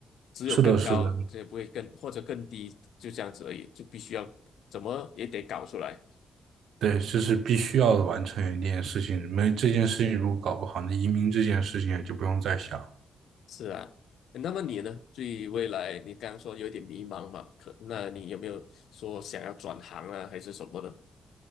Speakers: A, on the left (about 85°); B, on the right (about 80°).
A: 只有更高，
B: 是的，是的，
A: 这也不会更或者更低，就这样子而已，就必须要怎么也得搞出来。
B: 对，这是必须要完成一件事情，没这件事情如果搞不好，那移民这件事情也就不用再想。
A: 是啊，那么你呢？对于未来，你刚刚说有点迷茫嘛？可那你有没有说想要转行啊，还是什么的？